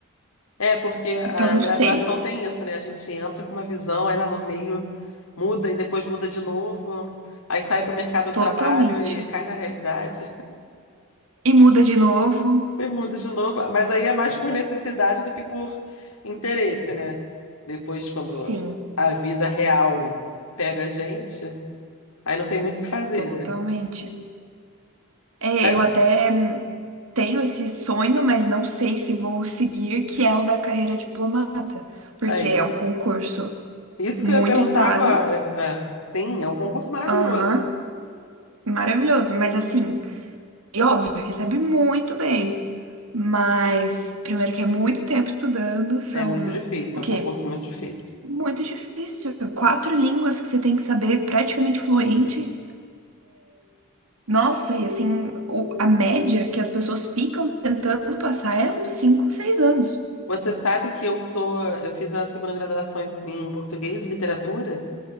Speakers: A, on the left; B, on the right.
A: É, porque a
B: Então não
A: graduação
B: sei,
A: tem isso, né? A gente entra com uma visão, aí lá no meio muda e depois muda de novo, aí sai para o mercado do
B: totalmente.
A: trabalho e cai na realidade
B: E muda de novo?
A: <laughs> e muda de novo. Mas aí é mais por necessidade do que por interesse, né? Depois, quando
B: Sim,
A: a vida real pega a gente, aí não tem muito o que fazer,
B: totalmente.
A: né?
B: É,
A: Mas
B: eu até hum, tenho esse sonho, mas não sei se vou seguir, que é o da carreira diplomata, porque
A: aí,
B: é um concurso
A: isso
B: muito
A: que eu ia perguntar
B: estável,
A: agora. É. Sim, é um concurso maravilhoso.
B: aham, maravilhoso, mas assim, e óbvio, recebe muito bem, mas primeiro que é muito tempo estudando, são
A: É muito difícil,
B: o quê?
A: é um concurso muito difícil.
B: Muito difícil, quatro línguas que você tem que saber praticamente fluente. Nossa, e assim, o- a média que as pessoas ficam tentando passar é uns 5, 6 anos.
A: Você sabe que eu sou, eu fiz a segunda graduação em, em português e literatura